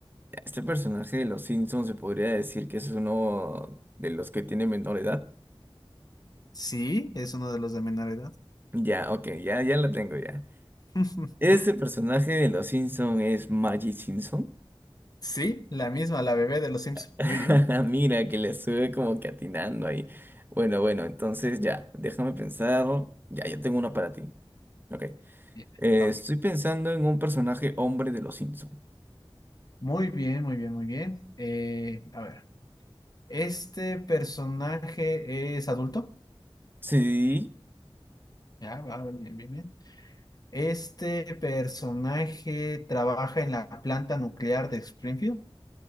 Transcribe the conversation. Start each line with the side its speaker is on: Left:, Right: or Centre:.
Right: ya. Este personaje de Los Simpsons se podría decir que es uno de los que tiene menor edad.
Left: Sí, es uno de los de menor edad.
Right: Ya, ok, ya, ya la tengo ya.
Left: <laughs>
Right: Este personaje de Los Simpson es Maggie Simpson.
Left: Sí, la misma, la bebé de Los Simpsons.
Right: <laughs>
Left: Muy bien.
Right: Mira, que le sube como que atinando ahí. Bueno, bueno, entonces ya, déjame pensar. Ya, ya tengo uno para ti. Ok.
Left: Bien,
Right: Eh,
Left: Va.
Right: estoy pensando en un personaje hombre de Los Simpson.
Left: Muy bien, muy bien, muy bien. Eh, a ver. Este personaje es adulto.
Right: Sí,
Left: Ya, va, bien, bien, bien. Este personaje trabaja en la planta nuclear de Springfield.